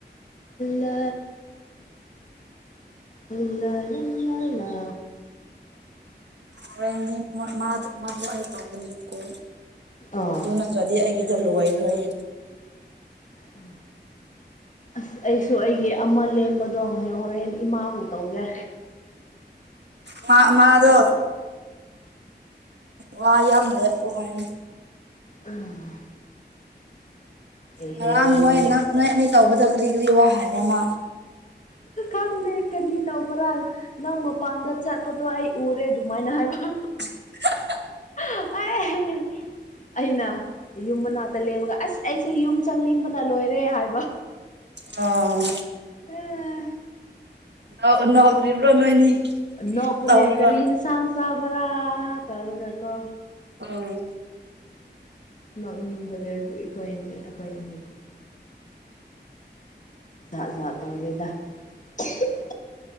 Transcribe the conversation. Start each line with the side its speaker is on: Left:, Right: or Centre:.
Left: ꯂ ꯏ ꯂꯩ ꯂ ꯂ
Right: ꯍꯣꯔꯦꯟꯗꯤ ꯃꯥꯕꯨ ꯑꯩ ꯇꯧꯕꯅꯦꯕꯀꯣ
Left: ꯑꯥ
Right: ꯑꯗꯨ ꯅꯠꯇ꯭ꯔꯗꯤ ꯑꯩꯒꯤ ꯖꯂꯨꯋꯥꯏꯔꯣꯏ
Left: ꯎꯝ ꯑꯁ ꯑꯩꯁꯨ ꯑꯩꯒꯤ ꯑꯃ ꯂꯦꯝꯕꯗꯣ ꯍꯣꯔꯦꯟ ꯏꯃꯥꯕꯨ ꯇꯧꯒꯦ
Right: ꯃꯥ ꯃꯥꯗꯣ ꯋꯥ ꯌꯥꯝ ꯂ‌ꯦ ꯄꯣ ꯍꯥꯏꯅꯤ
Left: ꯎꯝ ꯑꯦꯍꯦ
Right: ꯉꯔꯥꯡ ꯅꯣꯏ ꯅꯣꯏ ꯑꯅꯤ ꯇꯧꯕꯗꯣ ꯀꯔꯤ ꯀꯔꯤ ꯋꯥ ꯍꯥꯏꯕꯔꯅ
Left: ꯈꯪꯗꯦ ꯀꯔꯤ ꯇꯧꯕ꯭ꯔꯥ ꯅꯪ ꯃꯄꯥꯟꯗ ꯆꯠꯄꯗꯣ ꯑꯩ ꯎꯔꯦ ꯑꯗꯨꯃꯥꯏꯅ ꯍꯥꯏꯕ
Right: <unintelligible>
Left: ꯑ <unintelligible> ꯑꯩꯅ ꯌꯨꯝ ꯃꯅꯥꯛꯇ ꯂꯦꯞꯔꯒ ꯑꯁ ꯑꯩꯁꯦ ꯌꯨꯝ ꯆꯪꯅꯤꯡꯕꯅ ꯂꯣꯏꯔꯦ ꯍꯥꯏꯕ
Right: ꯑꯣ
Left: ꯑ
Right: ꯅꯣꯛ ꯅꯣꯛꯇ꯭ꯔꯤꯕ꯭ꯔꯣ ꯅꯣꯏꯅꯤ
Left: ꯅꫭꯛꯄꯅꯦ
Right: ꯇꯧꯔꯒ
Left: ꯀꯔꯤ ꯍꯁꯥꯡ ꯆꯕ꯭ꯔ ꯇꯕꯔꯀꯣ
Right: ꯑꯥꯡ
Left: ꯅꫭꯛꯕꯗ ꯑꯩꯈꫭꯏ- ꯑꯅꯤ ꯑꯩꯈꫭꯏ-ꯑꯅꯤꯗꫭ ꯇ ꯑꯣꯏꯔꯦꯗ <unintelligible>